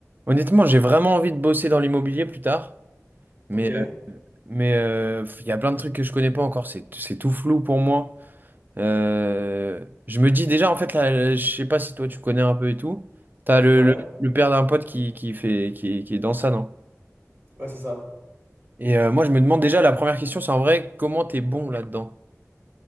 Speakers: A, on the right (about 35°); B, on the right (about 50°).
A: Honnêtement, j'ai vraiment envie de bosser dans l'immobilier plus tard, mais
B: Ok,
A: euh, mais euh, il y a plein de trucs que je connais pas encore, c'est c'est tout flou pour moi. Euh, je me dis déjà en fait là, euh, je sais pas si toi tu connais un peu et tout. T'as le,
B: ouais,
A: le, le père d'un pote qui, qui fait qui, qui est dans ça, non?
B: ouais, c'est ça.
A: Et euh, moi je me demande déjà la première question, c'est en vrai comment t'es bon là-dedans?